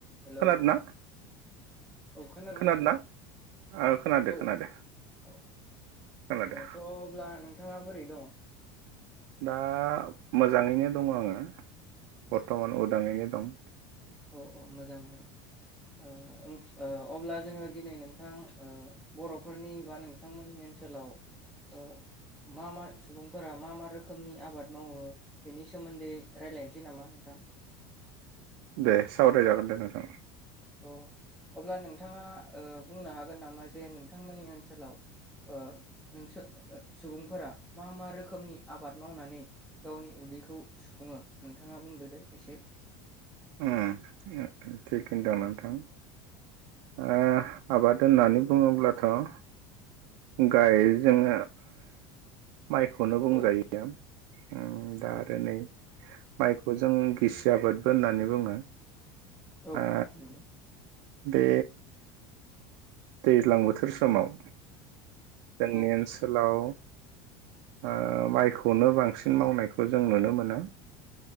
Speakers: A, in the centre; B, on the right.
A: हेलौ
B: खोनादोना
A: औ खोनादोंना
B: खोनादोना
A: नोंथां
B: ओ खोनादो
A: औ
B: खोनादो
A: अ
B: खोनादो
A: अ थ' अब्ला नों नोंथाङा बोरै दङ?
B: दा मोजाङैनो दङ आङो बर्थमान उदाङैनो दं
A: अ अ मोजां मोजां ओ ओ अब्ला जोङो दिनै नोंथां ओ बर'फोरनि बा नोंथांमोननि ओनसोलाव ओ मा मा सुबुंफोरा मा मा रोखोमनि आबाद मावो बेनि सोमोन्दै रायजलायनोसै नामा नोंथां।
B: दे सावराय जागोन दे नोंथां।
A: अ अब्ला नोंथाङा ओ बुंनो हागोन नामा जे नोंथांमोननि ओनसोलाव ओ नोंसो सुबुंफोरा मा मा रोखोमनि आबाद मावनानै गावनि उदैखौ सुफुङो नोंथाङा बुंदो दे एसे
B: ओ ओ थिक होनदों नोंथां ओ आबाद होननानै बुङोब्लाथ' गाय जोङो माइखौनो बुंजायो।
A: औ
B: ओ दा
A: औ
B: आरो नै माइ जों गिसि आबाद बो होननानै बुङो।
A: औ
B: ओ
A: नंगौ
B: बे दैलां बोथोर समाव जोंनि
A: औ
B: ओनसोलाव ओ माइखौनो बांसिन मावनायखौ जों नुनो मोनो।